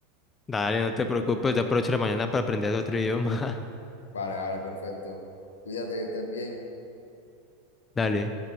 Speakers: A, on the left (about 20°); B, on the left (about 80°).
A: dale, no te preocupes, ya aprovecho la mañana para aprender otro idioma.
B: Vale, vale, perfecto. Cuídate que estés bien.
A: <laughs> Dale.